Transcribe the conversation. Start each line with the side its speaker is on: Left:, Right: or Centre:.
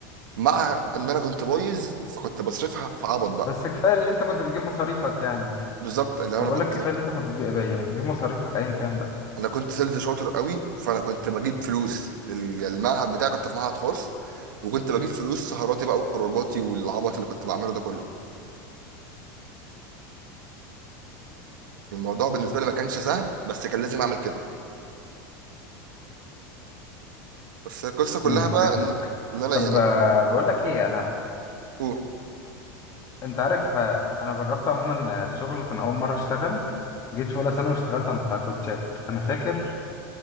Right: مع ان انا كنت بايظ فكنت بصرفها في عبط بقى
Left: بس كفايه اللي انت كنت بتجيب مصاريفك يعني
Right: بالظبط ان انا
Left: ما بقول
Right: كنت
Left: لك كفايه اللي انت كنت بتجيب يعني بتجيب مصاريفك ايا كان بقى
Right: انا كنت سيلز شاطر قوي فانا كنت بجيب فلوس لل- المعهد بتاعي كنت في معهد خاص وكنت بجيب فلوس سهراتي بقى وخروجاتي والعبط اللي كنت بعمله ده كله الموضوع بالنسبه لي ما كانش سهل بس كان لازم اعمل كده بس القصه كلها
Left: امم
Right: بقى
Left: فهمتك
Right: ان, إن انا
Left: طب
Right: يعني
Left: آه، بقول لك ايه انا
Right: اوه
Left: انت عارف آه، انا جربت عموما آه، الشغل كان اول مره اشتغل جيت في اولى ثانوي واشتغلت عند بتاع كوتشات انا فاكر